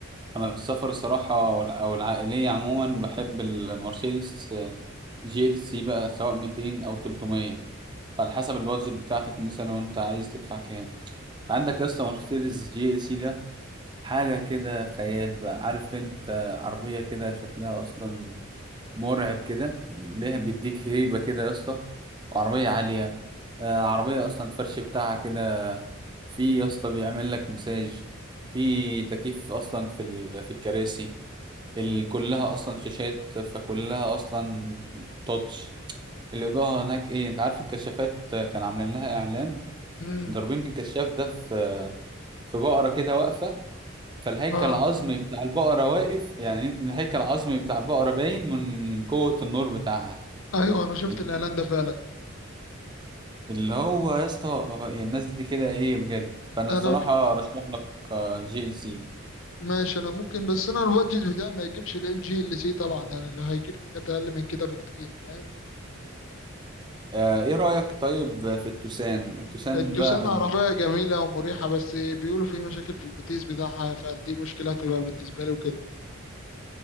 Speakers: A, on the right; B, on the left.
A: انا السفر الصراحه ولا- او العائليه عموما بحب المرسيدس جي ال سي بقى سواء 200 او 300 فعلى حسب البادجت بتاعتك مثلا وانت عايز تدفع كام عندك يا اسطى مرسيدس جي ال سي ده حاجه كده خيال بقى عارف انت عربيه كده شكلها اصلا مرعب كده ليها بيديك هيبه كده يا اسطى وعربيه عاليه آه، عربيه اصلا الفرش بتاعها كده في يا اسطى بيعمل لك مساج في تكييف اصلا في ال- في الكراسي ال- كلها اصلا شاشات فكلها اصلا تاتش الاضاءه هناك ايه انت عارف الكشافات كان عاملين لها اعلان
B: مم.
A: ضاربين الكشاف ده في في بقره كده واقفه فالهيكل
B: اه
A: العظمي بتاع البقره واقف يعني الهيكل العظمي بتاع البقره باين من قوه النور بتاعها
B: ايوه انا شفت
A: ال-
B: الاعلان ده فعلا
A: اللي هو يا اسطى هو إيه الناس دي كده ايه بجد فانا
B: انا
A: الصراحه
B: ف...
A: ارشح لك آه، جي ال سي
B: ماشي انا ممكن بس انا البادجت بتاعي ما يجيبش ال جي ال سي طبعا يعني اللي هيجيب حاجات اقل من كده بكتير فاهم
A: آه، ايه رايك طيب في التوسان التوسان
B: التوسان
A: بقى من
B: عربية جميلة ومريحة بس بيقولوا في مشاكل في الفتيس بتاعها فدي مشكلة هتبقى بالنسبة لي وكده